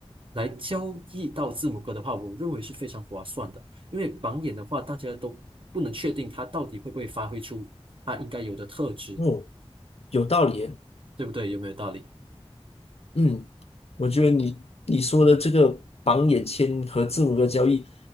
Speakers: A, on the right (about 55°); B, on the left (about 75°).
A: 来交易到字母哥的话，我认为是非常划算的。因为榜眼的话，大家都不能确定他到底会不会发挥出他应该有的特质，
B: 哦，有道理耶
A: 对不对？有没有道理？
B: 嗯，我觉得你你说的这个榜眼签和字母哥交易，